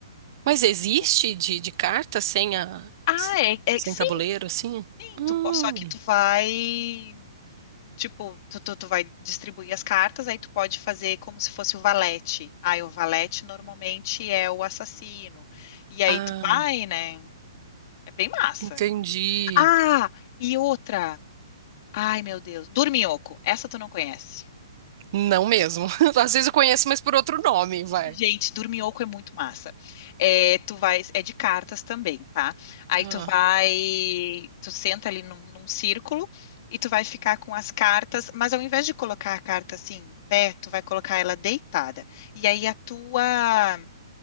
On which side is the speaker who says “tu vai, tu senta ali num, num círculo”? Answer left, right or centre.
Left